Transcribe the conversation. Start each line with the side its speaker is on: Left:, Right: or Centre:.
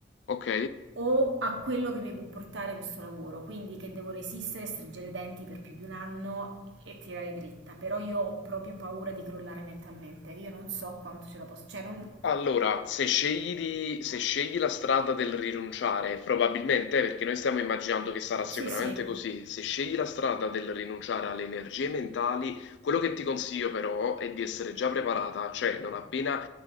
Left: Ok?
Right: o a quello che mi può portare questo lavoro, quindi che devo resistere, stringere i denti per più di un anno e tirare dritta, però io ho proprio paura di crollare mentalmente, io non so quanto ce la posso, cioè non...
Left: Allora, se scegli di se scegli la strada del rinunciare, probabilmente, eh, perché noi stiamo immaginando che sarà sicuramente
Right: Sì, sì,
Left: così, se scegli la strada del rinunciare alle energie mentali, quello che ti consiglio però è di essere già preparata, cioè non appena